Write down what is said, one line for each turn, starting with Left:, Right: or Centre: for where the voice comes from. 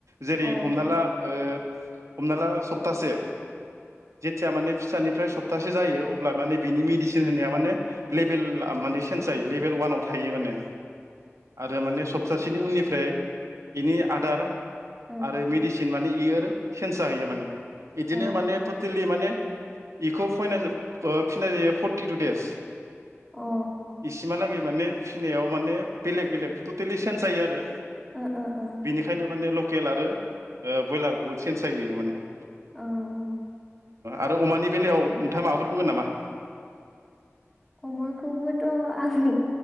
Right: जेरै
Centre: अ औ
Right: हमना ला ओ हमना ला सप्तासे जितिया माने फिसानिफ्राय सप्तासे जायो अ ब्ला माने बिनि मेडिसिन होनाया माने लेभेला माने चेन्ज जायो लेभेल वानाव थायो माने आरो माने स प्तासेनि उननिफ्राय बेनि आदार
Centre: अ
Right: आरो मेडिसिन मानि इयो सेन्ज जाहोयो मान बिदिनो
Centre: ओ
Right: माने टटेलि माने बेखौ <unintelligible> ओ फिसिनाय जायो फर्टि टु देस
Centre: ओ
Right: इसिमहालागै माने फिसिनायाव माने बेलेग बेलेग टटेलि चन्ज जायो आरो
Centre: ओ
Right: बेनिखायनो माने केल आरो ब्रयलार बुहुत चेन्ज जायो माने
Centre: औ
Right: आरो अमानि बेलायाव नोंथाङा माबाफोर बुंगोन नामा?
Centre: अमाखौबोथ' आं